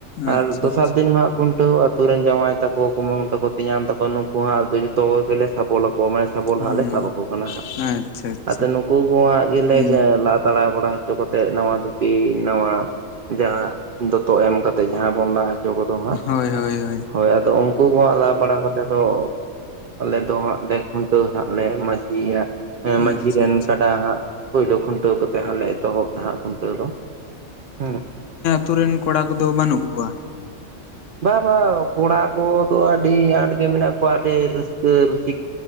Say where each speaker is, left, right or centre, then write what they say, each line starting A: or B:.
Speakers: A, on the left; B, on the right.
A: ᱟᱪᱪᱷᱟ
B: ᱟᱨ ᱫᱚᱥᱟᱨ
A: ᱟᱪᱪᱷᱟ
B: ᱫᱤᱱ ᱦᱟᱸᱜ ᱠᱷᱩᱱᱴᱟᱹᱣ ᱟᱛᱩᱨ ᱨᱮᱱ ᱡᱟᱶᱟᱭ ᱛᱟᱠᱚ ᱠᱩᱢᱩ ᱛᱟᱠᱚ ᱯᱮᱧᱟᱢ ᱛᱟᱠᱚ ᱱᱩᱠᱩ ᱦᱚᱸ ᱟᱫᱚ ᱡᱚᱛᱚ ᱜᱮᱞᱮ ᱥᱟᱯᱚᱞ ᱟᱠᱚ ᱜᱢᱟ ᱥᱟᱵᱚᱞ
A: ᱦᱮᱸ
B: ᱦᱟᱸᱜ ᱞᱮ ᱥᱟᱵᱟ ᱟᱠᱚ ᱠᱟᱱᱟ ᱦᱟᱸᱜ
A: ᱟᱪᱪᱷᱟ ᱟᱪᱪᱷᱟ
B: ᱟᱫᱚ ᱱᱩᱠᱩ ᱠᱚ ᱦᱟᱜ ᱜᱮᱞᱮ
A: ᱦᱩᱸ
B: ᱞᱟ ᱛᱟᱲᱟ ᱵᱟᱲᱟ ᱦᱚᱪᱚ ᱠᱟᱛᱮ ᱱᱟᱣᱟ ᱫᱷᱩᱛᱤ ᱱᱟᱣᱟ ᱡᱟᱦᱟᱸ ᱫᱚᱛᱚ ᱮᱢ ᱠᱟᱛᱮᱜ ᱡᱟᱦᱟᱸ ᱵᱚᱱ ᱞᱟ ᱦᱚᱪᱚ ᱠᱚᱫᱚ ᱦᱟᱸᱜ
A: ᱦᱳᱭ ᱦᱳᱭ
B: ᱦᱳᱭ ᱟᱫᱚ ᱩᱱᱠᱩ ᱠᱚ ᱦᱟᱸᱜ ᱞᱟ ᱯᱟᱲᱦᱟᱣ ᱠᱟᱛᱮᱫ ᱫᱚ ᱟᱞᱮ ᱫᱚ ᱦᱟᱸᱜ ᱞᱮ ᱠᱷᱩᱱᱴᱟᱹᱣ ᱦᱟᱸᱜ ᱞᱮ ᱢᱟᱺᱡᱷᱤ ᱭᱟᱜ ᱢᱟᱺᱡᱷᱤ
A: ᱟᱪᱪᱷᱟ
B: ᱨᱮᱱ
A: ᱟᱪᱪᱷᱟ
B: ᱠᱟᱰᱟ ᱦᱟᱜ ᱯᱩᱭᱭᱞᱳ ᱠᱷᱩᱱᱴᱟᱹᱣ ᱠᱟᱛᱮ ᱦᱟᱸᱜ ᱞᱮ ᱮᱛᱚᱦᱚᱵ ᱫᱟ ᱦᱟᱸᱜ ᱠᱷᱩᱱᱴᱟᱹᱣ ᱫᱚ, ᱦᱩᱸ
A: ᱟᱛᱩᱨ ᱨᱮᱱ ᱠᱚᱲᱟ ᱠᱚᱫᱚ ᱵᱟᱹᱱᱩᱜ ᱠᱚᱣᱟ
B: ᱵᱟ ᱵᱟ ᱠᱚᱲᱟ ᱠᱚᱫᱚ ᱟᱹᱰᱤ ᱟᱸᱴ ᱜᱮ ᱢᱮᱱᱟᱜ ᱠᱚᱣᱟ ᱟᱹᱰᱤ ᱨᱟᱹᱥᱠᱟᱹ ᱨᱩᱥᱤ